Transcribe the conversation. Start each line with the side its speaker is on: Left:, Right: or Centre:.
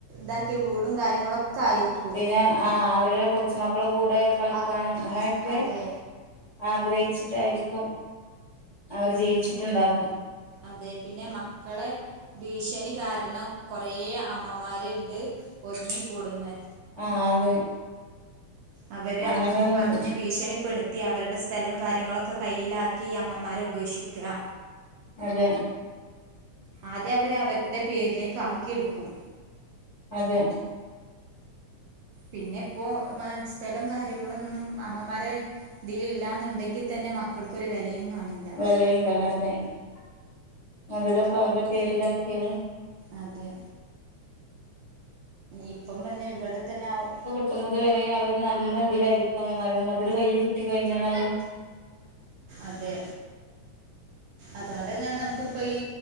Right: താക്കിയ വീടും. കാര്യങ്ങളൊക്കായിരിക്കും.
Left: പിന്നെ ആ അവരുടെ കൊച്ചുമക്കളെ കൂടെ, കളിക്കാനും,
Right: മക്
Left: അങ്ങനെക്കെ.
Right: അതെ
Left: ആഗ്രഹിച്ചിട്ടായിരിക്കും, അവര് ജീവിച്ചിട്ട്ണ്ടാവ
Right: അതെ പിന്നെ മക്കളെ. ഭീഷണി കാരണം കൊറേ അമ്മമാര്ണ്ട് ഒതുങ്ങിക്കൂട്ന്ന്.
Left: ആ അതെ.
Right: അവര്
Left: അങ്ങനെയുണ്ട്
Right: അത് തും പർഞ്ഞ് ഭീഷണിപ്പെടുത്തി അവര്ടെ സ്ഥലം കാര്യങ്ങളൊക്കെ കയ്യിലാക്കി ഈ അമ്മമാരെ ഉ ഉപേക്ഷിക്കാ.
Left: അതെ
Right: ആദ്യം അവര് അവര്ടെ പേര്ലേക്ക് ആക്കിയെടുക്കും.
Left: അതെ.
Right: പിന്നെ പ്പോ മ സ്ഥലം കാര്യങ്ങളൊന്നും അമ്മമാരെ ഇതിലില്ലാന്ന്ണ്ടെങ്കി തന്നെ മക്കൾക്കെരു വെലയും കാണില്ല
Left: <unintelligible> മൊതലൊക്കെ അവര്ടെ പേര്ലാക്കിയാല്.
Right: അതെ. ഇപ്പം തന്നെ ഇവട്തെന്നാവും.
Left: ക്കുന്നത് വരെ അവര് നല്ലതിലായിരിക്കും അമ്മമ്മാരേട് മെതല് കയ്യീ കിട്ടി കഴിഞ്ഞാല് അവര്
Right: അതെ അതൊണ്ടെന്നെണ് നമുക്ക്പ്പ ഈ